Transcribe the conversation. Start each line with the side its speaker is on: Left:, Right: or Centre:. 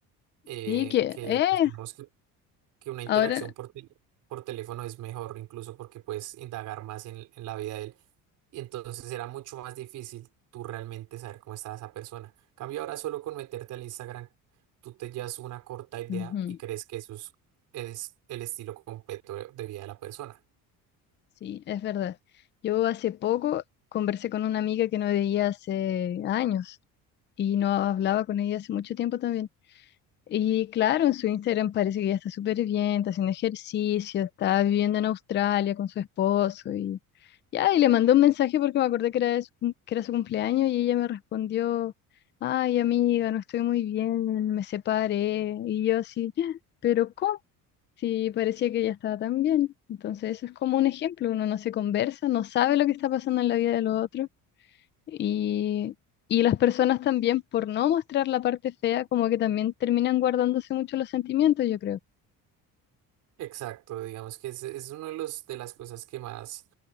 Right: eh,
Left: Sí, que,
Right: que
Left: eh,
Right: pues, digamos que que una interacción
Left: ahora...
Right: por, tel- por teléfono es mejor, incluso porque puedes indagar más en, en la vida de él. Y entonces era mucho más difícil tú realmente saber cómo estaba esa persona. En Cambio ahora solo con meterte al Instagram, tú te llevas una corta idea
Left: Ujú,
Right: y crees que eso es, es el estilo completo de de vida de la persona.
Left: Sí, es verdad. Yo hace poco conversé con una amiga que no veía hace años y no hablaba con ella hace mucho tiempo también. Y claro, en su Instagram parece que ella está súper bien, está haciendo ejercicio, está viviendo en Australia con su esposo y ya, y le mandé un mensaje porque me acordé que era, de su, cum- que era su cumpleaños y ella me respondió, ay amiga, no estoy muy bien, me separé. Y yo así, "Ah, pero ¿cómo? Sí, parecía que ella estaba tan bien. Entonces, eso es como un ejemplo. Uno no se conversa, no sabe lo que está pasando en la vida de los otros. Y, y las personas también, por no mostrar la parte fea, como que también terminan guardándose mucho los sentimientos, yo creo.
Right: Exacto, digamos que es, es uno de los de las cosas que más